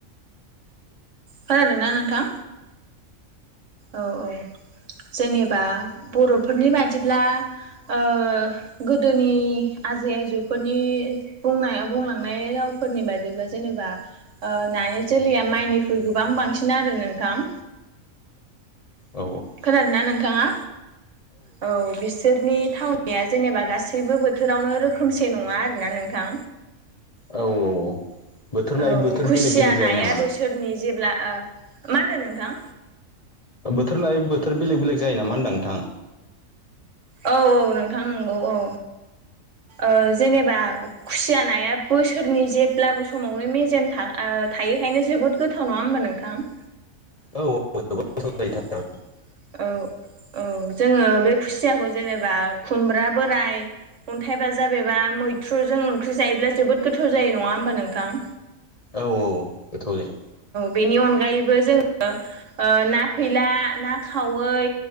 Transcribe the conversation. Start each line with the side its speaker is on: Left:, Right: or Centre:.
Right: खोनादोंना नोंथां औ औ जेनेबा बरफोरनि बादिब्ला ओ गोदोनि आजै आजौफोरनि बुंनाय बुंलांनाय रावफोरनि बाददिब्ला जेनेबा ओ ना नि जोलैया माइनिख्रुइ गोबां बांसिन आरो नोंथां
Left: औ
Right: खोनादोंना नोंथाङा औ बिसोरनि थावनाया जेनेबा गासै गासैबो बोथोरावनो रोखोमसे नङा आरोना नोंथां
Left: औ औ बोथोर लायै
Right: औ
Left: बोथोर
Right: खुसिया
Left: बेलेग बेलेग जायो
Right: नाया
Left: नामा?
Right: बोसोरनि जेब्ला ओ मा होनदों नोंथां
Left: बोथोर लाय बोथोर बेलेग बेलेग जायो नामा होनदां नोंथां
Right: औ औ नोंथां नंगौ औ ओ जेनेबा खुसिया नाया बोसोरनि जेब्लाबो समावनो मेजेम था थायोखायनो जोबोद गोथाव नङा होमबा नोंथां
Left: औ गोथाव
Right: <unintelligible>
Left: जायोथार
Right: औ औ जोङो बे खु खुसियाखौ जेनेबा खुमब्रा बोराय अन्थाइबाजाब एबा मैथ्रुजों ओंख्रि जायोब्ला जोबोद गोथाव जायो नङा होमबा नोंथां
Left: औ औ गोथाव जायो
Right: बेनि अनगायैबो जोङो ओ ना फैला ना वै